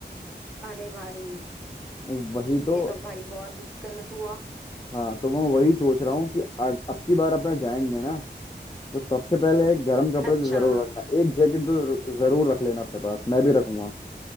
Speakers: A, in the centre; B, on the left.
A: अरे भाई
B: वही तो
A: ये तो भाई बहुत गलत हुआ
B: हाँ तो मैं वही सोच रहा हूँ कि अ- अब की बार अपना जाएंगे ना तो सबसे पहले गर्म कपड़े
A: अच्छा
B: तो जरूर रखना एक जैकेट तो जरू- जरूर रख लेना अपने पास मैं भी रखूंगा